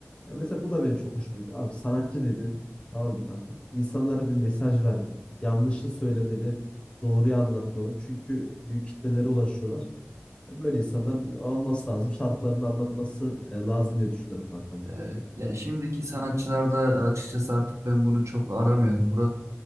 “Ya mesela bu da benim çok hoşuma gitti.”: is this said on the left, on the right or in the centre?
Left